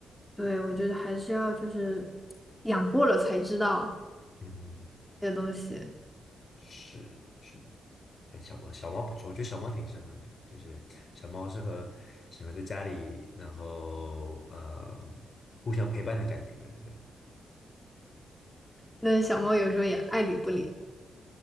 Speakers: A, in the centre; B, on the left.
A: 对，我觉得还是要就是养过了才知道
B: 嗯，
A: 这些东西。
B: 是是。哎小猫，小猫不错，我觉得小猫挺适合你的，就是小猫适合喜欢在家里，然后呃，互相陪伴的感觉，对，
A: 那小猫有时候也爱理不理的，